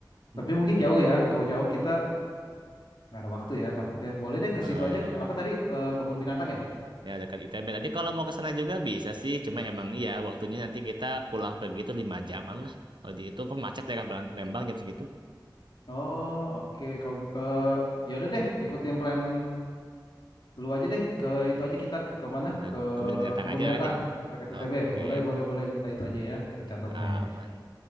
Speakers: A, on the right; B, on the left.
A: Hmm.
B: tapi mungkin
A: Hmm.
B: jauh ya. Kalau jauh kita nggak ada waktu ya takutnya. Boleh deh ke
A: Eh,
B: situ aja. Ke apa tadi? Eh, kebun binatang ya?
A: ya dekat ITB. Tadi kalau mau ke sana juga bisa sih, cuma emang iya waktunya nanti kita pulang pergi itu lima jaman lah. Kalau dihitung kan macet daerah Bal- Lembang jam segitu.
B: Oh oke, Kalau eh, ya udah deh ikutin plan Lu aja deh ke itu aja kita ke mana?
A: Eh,
B: Ke
A: kebun kebun binatang
B: kebun
A: aja
B: binatang
A: berarti ya.
B: dekat ITB.
A: Oke,
B: Boleh, boleh, boleh kita itu aja ya. Kita catat
A: aman.
B: nih.